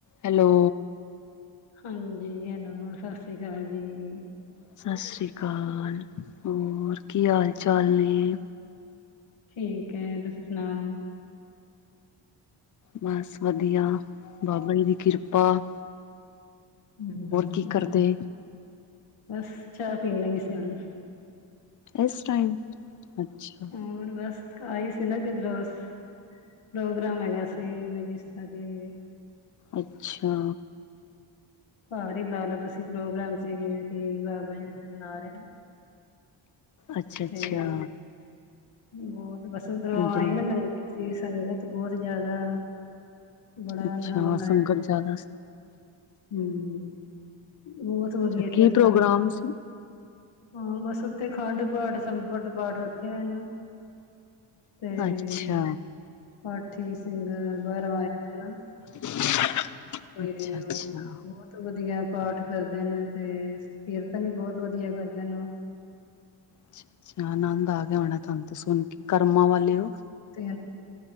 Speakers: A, on the left; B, on the left.
A: Hello
B: ਹਾਂਜੀ, hello, ਸਤਿ ਸ਼੍ਰੀ ਅਕਾਲ ਜੀ।
A: ਸਤਿ ਸ੍ਰੀ ਅਕਾਲ, ਹੋਰ ਕੀ ਹਾਲ ਚਾਲ ਨੇ?
B: ਠੀਕ ਹੈ ਤੁਸੀਂ ਸੁਣਾਓ?
A: ਬਸ ਵਧੀਆ, ਬਾਬਾ ਜੀ ਦੀ ਕਿਰਪਾ।
B: ਹਮ
A: ਕੀ ਕਰਦੇ
B: ਹੋਰ ਬਸ ਚਾਹ ਪੀ ਲਗੇ ਸੀ ਹੁਣ
A: ਇਸ ਟਾਈਮ ਅੱਛਾ
B: ਹੋਰ ਬਸ ਆਏ ਸੀ ਨਾ ਕਿੱਧਰੋਂ ਬਸ ਪ੍ਰੋਗਰਾਮ ਹੈਗਾ ਸੀ ਬਿਜੀ ਸੀਗੇ।
A: ਅੱਛਾ
B: ਘਰ ਹੀ ਲਾ ਲਓ ਤੁਸੀਂ ਪ੍ਰੋਗਰਾਮ ਸੀ ਜਿਵੇਂ ਕਿ ਬਾਬਾ ਜੀ ਨਾਲ ਨੇ।
A: ਅੱਛਾ ਅੱਛਾ
B: ਤੇ ਬਹੁਤ ਬਸ ਉਧਰੋਂ
A: ਇਧਰ
B: ਆਈ ਨਾ। ਸੀ ਸੰਗਤ ਬਹੁਤ ਜ਼ਿਆਦਾ ਬੜਾ
A: ਅੱਛਾ
B: ਆਨੰਦ ਆਇਆ।
A: ਸੰਗਤ ਜ਼ਿਆਦਾ
B: ਹਮ ਬਹੁਤ ਹੋ
A: ਅੱਛਾ
B: ਗਿਆ
A: ਕੀ
B: ਕੀਰਤਨ
A: ਪ੍ਰੋਗਰਾਮ ਸੀ
B: ਹਾਂ ਬਸ ਉੱਥੇ ਖੰਡ ਪਾਠ ਸੰਪਟ ਪਾਠ ਰੱਖਿਆ ਏ ਨਾ। ਤੇ
A: ਅੱਛਾ
B: ਪਾਠੀ ਸਿੰਘ ਬਾਹਰੋਂ ਆਏ। ਹਨ
A: <inaudible>
B: ਤੇ
A: ਅੱਛਾ ਅੱਛਾ ਅੱਛਾ
B: ਉਹ ਬਹੁਤ ਵਧੀਆ ਪਾਠ ਕਰਦੇ ਨੇ ਤੇ ਕੀਰਤਨ ਵੀ ਬਹੁਤ ਵਧੀਆ ਕਰਦੇ ਨੇ ਉਹ।
A: ਅੱਛਾ ਅੱਛਾ ਆਨੰਦ ਆ ਗਿਆ ਹੋਣਾ ਤੁਹਾਨੂੰ ਤੇ ਸੁਣ ਕੇ ਕਰਮਾਂ ਵਾਲੇ ਓ।
B: <inaudible>